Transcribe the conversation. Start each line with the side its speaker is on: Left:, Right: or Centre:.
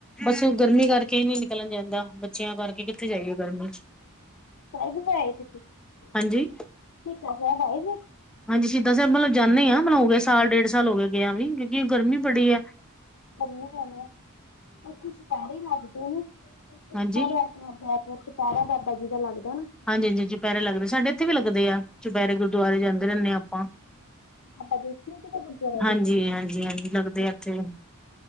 Centre: ਬਸ ਹੁ ਗਰਮੀ ਕਰਕੇ ਕਿ ਨੀ ਨਿਕਲਿਆ ਜਾਂਦਾ, ਬੱਚਿਆਂ ਕਰਕੇ ਕਿੱਥੇ ਜਾਈਏ ਗਰਮੀ 'ਚ।
Left: ਕਿਥੇ ਆਏ ਤੁਸੀਂ, ਸ਼ਹੀਦਾਂ
Centre: ਹਾਂਜੀ
Left: ਸਾਹਿਬ ਆਏ ਜੇ।
Centre: ਹਾਂਜੀ ਸ਼ਹੀਦਾਂ ਸਾਹਿਬ ਮਤਲਬ ਜਾਂਨੇ ਆ, ਮੇਨੂ ਹੋ ਗਿਆ ਸਾਲ ਡੇਢ ਸਾਲ ਹੋ ਗਿਆ, ਗਿਆਂ ਵੀ ਕਿਉਂਕਿ ਗਰਮੀ ਬੜੀ ਆ।
Left: ਕਰਨੇ ਈ ਪੈਣੇ ਆ, ਉਥੇ ਚੁਪਹਿਰੇ ਲੱਗਦੇ ਨੇ,
Centre: ਹਾਂਜੀ
Left: ਹੈਲੋ ਹਰ ਐਤਵਾਰ ਚੁਪਹਿਰਾ ਬਾਬਾ ਜੀ ਦਾ ਲੱਗਦਾ ਨਾ।
Centre: ਹਾਂਜੀ-ਹਾਂਜੀ ਚੁਪਹਿਰੇ ਲੱਗਦੇ, ਸਾਡੇ ਇੱਥੇ ਵੀ ਲੱਗਦੇ ਆ ਚੁਪਹਿਰੇ, ਗੁਰਦੁਆਰੇ ਜਾਂਦੇ ਰਹਿਨੇ ਆਪਾਂ।
Left: ਬਾਬਾ ਦੇਖ ਕਿਤੇ ਗੁਰਦੁਆਰਾ
Centre: ਹਾਂਜੀ,
Left: ਵੀ
Centre: ਹਾਂਜੀ- ਹਾਂਜੀ ਲੱਗਦੇ
Left: ਅੱਛਾ
Centre: ਆ ਇੱਥੇ